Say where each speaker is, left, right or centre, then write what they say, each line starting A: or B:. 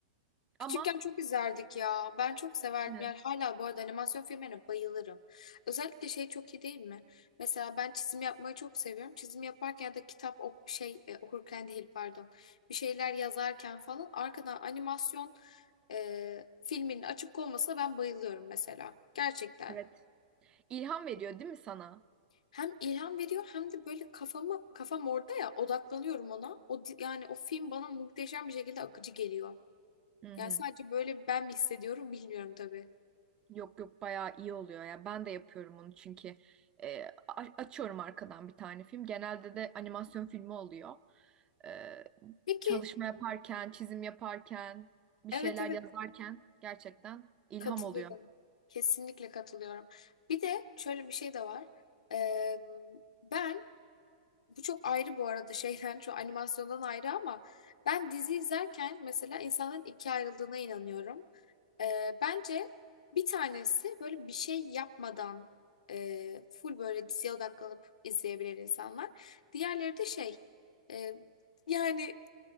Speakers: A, on the left (about 85°); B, on the right (about 25°).
A: Küçükken
B: Ama
A: çok izlerdik ya. Ben çok severdim.
B: Aynen.
A: Yani hala bu arada animasyon filmlerine bayılırım. Özellikle şey çok iyi değil mi? Mesela ben çizim yapmayı çok seviyorum. Çizim yaparken ya da kitap ok şey e, okurken değil pardon. Bir şeyler yazarken falan arkadan animasyon e, filminin açık olmasına ben bayılıyorum mesela. Gerçekten.
B: evet ilham veriyor değil mi sana?
A: Hem ilham veriyor hem de böyle kafamı kafam orada ya odaklanıyorum ona. O di- yani o film bana muhteşem bir şekilde akıcı geliyor.
B: Hı
A: Yani
B: hı.
A: sadece böyle ben mi hissediyorum bilmiyorum tabii.
B: Yok yok bayağı iyi oluyor ya. Ben de yapıyorum onu çünkü E, a- açıyorum arkadan bir tane film. Genelde de animasyon filmi oluyor. E,
A: Peki,
B: çalışma yaparken, çizim yaparken, bir
A: evet
B: şeyler
A: evet
B: yazarken gerçekten ilham
A: katılıyorum.
B: oluyor.
A: Kesinlikle katılıyorum. Bir de şöyle bir şey de var. Ee, ben bu çok ayrı bu arada şeyden şu animasyondan ayrı ama ben dizi izlerken mesela insanların ikiye ayrıldığına inanıyorum. Ee, bence bir tanesi böyle bir şey yapmadan e, full böyle diziye odaklanıp izleyebilen insanlar. Diğerleri de şey e, yani